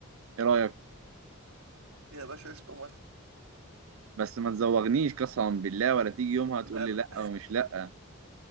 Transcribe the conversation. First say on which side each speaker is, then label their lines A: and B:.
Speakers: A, on the right; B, on the right.
A: إيه رأيك؟
B: يا باشا قشطة موافق
A: بس ما تزوغنيش قسما بالله ولا تيجي يومها تقول
B: لا
A: لي
B: لا
A: لأ ومش لأ